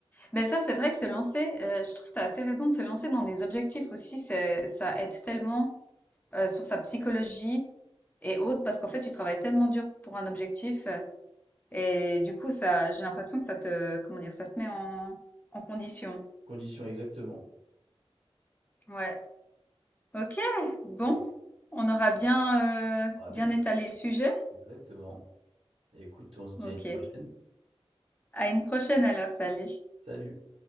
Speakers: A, on the left (about 15°); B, on the right (about 80°).
A: Mais ça, c'est vrai que se lancer, euh, je trouve que tu as assez raison de se lancer dans des objectifs aussi, c'est, ça aide tellement euh, sur sa psychologie et autres, parce qu'en fait, tu travailles tellement dur pour un objectif, euh, et du coup, ça, j'ai l'impression que ça te, comment dire, ça te met en, en condition.
B: Condition exactement.
A: Ouais. Ok, bon,
B: Oui,
A: on aura bien, euh,
B: ça sera bien
A: bien
B: différent.
A: étalé le sujet.
B: Exactement. Écoute, on se dit
A: Ok.
B: à une prochaine.
A: À une prochaine alors, salut.
B: Salut.